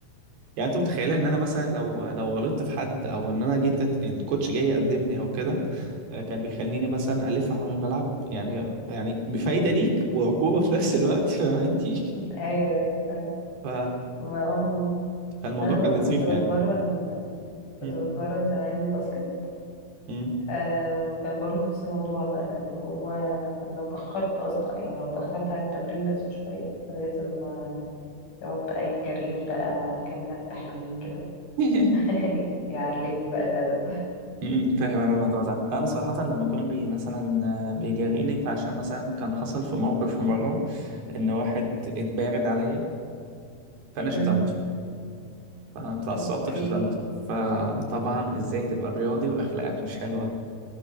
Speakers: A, on the right (about 85°); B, on the left (about 55°).
A: يعني أنت متخيلة إن أنا مثلا لو لو غلطت في حد أو إن أنا جيت أت- إن الكوتش جاي يأدبني أو كده آه، كان بيخليني مثلا ألف حوالين الملعب يعني يعني فايدة ليك وعقوبة في نفس الوقت <laughs> فاهم أنتي؟
B: <laughs> ايوه ايوه فاهم.
A: ف
B: ما آه،
A: فالموضوع
B: ما انا
A: كان
B: برضو
A: لطيف
B: كنت بتمرن
A: يعني
B: كنت
A: م-
B: بتمرن زمان باسكت
A: م.
B: آه وكان برضه نفس الموضوع بقى اللي هو لو اتأخرت أصلا يعني لو اتأخرت على التمرين بس شوية لازم آه، يقعد بقى يجريني بقى كام لفة حلوين كده
A: <laughs>
B: <laughs> يعلمني بقى الأدب
A: امم فاهم انا الموضوع ده لا انا صراحه لما كان بي مثلا آه، بيجاريني فعشان مثلا كان حصل في موقف في مره ان واحد اتبارد عليا فانا شتمته
B: أمم،
A: فاتعصبت
B: أوكي
A: في شتمته فطبعا ازاي تبقى رياضي واخلاقك مش حلوه